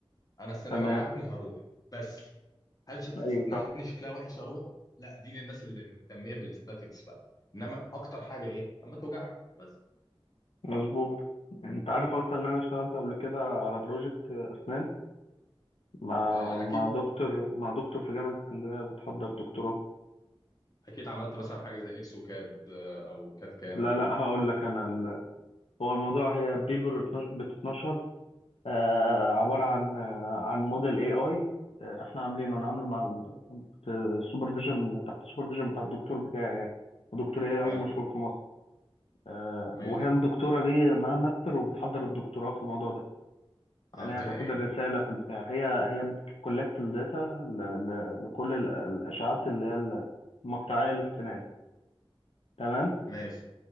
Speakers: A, on the left; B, on the left.
A: انا السنة
B: تمام
A: وجعتني هروح بس هل ش- اسناني
B: ايوه صح
A: شكلها وحش اروح لا دي الناس اللي مهتمية بالاستاتيكس بقى انما اكتر حاجة ايه اما توجعك بس
B: مظبوط انت عارف اصلا ان انا اشتغلت قبل كده على بروجكت اسنان مع
A: آه،
B: مع
A: اكيد
B: دكتور مع دكتور في جامعة اسكندرية بتحضر دكتوراه
A: اكيد عملت مثلا حاجة زي اكسو كاد آه، او كاد كام
B: لا لا هقول لك انا ال... هو الموضوع هي بيبر بتتنشر آه عبارة عن آه عن موديل اي اي آه احنا عاملينه انا عامله مع ال... في السوبرفيجن تحت السوبرفيجن بتاع الدكتور بتاعي يعني دكتور اي
A: حلو
B: اي مشهور في مصر آه
A: ماشي
B: وهي الدكتورة دي معاها ماستر وبتحضر الدكتوراه في الموضوع ده يعني
A: عملت
B: هي تاخد
A: لها ايه
B: الرسالة في البتاع هي هي بتكولكت الداتا ل- ل- لكل ال- الأشعات اللي هي المقطعية للسنان تمام
A: ماشي